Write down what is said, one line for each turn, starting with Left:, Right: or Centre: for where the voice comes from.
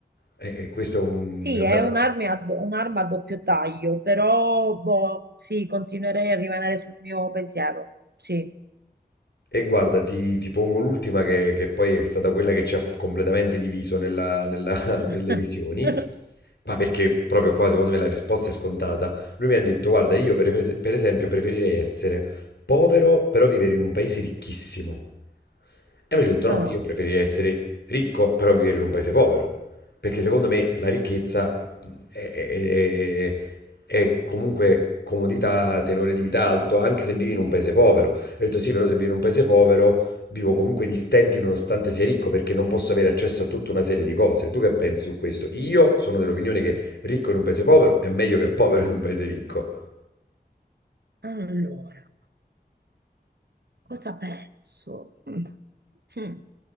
Left: E, e questo è un,
Right: sì,
Left: è un
Right: è
Left: da-
Right: un'arma a, do- un'arma a doppio taglio, però boh, sì, continuerei a rimanere sul mio pensiero. Sì.
Left: E guarda, ti, ti pongo l'ultima che, che poi è stata quella che ci ha completamente diviso nella- nella- <laughs> nelle
Right: <laughs>
Left: visioni, ma perché proprio qua secondo me la risposta è scontata. Lui mi ha detto, guarda, io per, es- per esempio preferirei essere povero, però vivere in un paese ricchissimo. E invece ho detto, no,
Right: Ah,
Left: io preferirei essere ricco, però vivere in un paese povero, perché secondo me la ricchezza è, è- è- è comunque comodità, tenore di vita alto, anche se vivi in un paese povero. Ho detto sì, però se vivo in un paese povero vivo comunque di stenti nonostante sia ricco perché non posso avere accesso a tutta una serie di cose. Tu che pensi su questo? Io sono dell'opinione che ricco in un paese povero è meglio che povero in un paese ricco.
Right: allora. Cosa penso? Mm. Mm.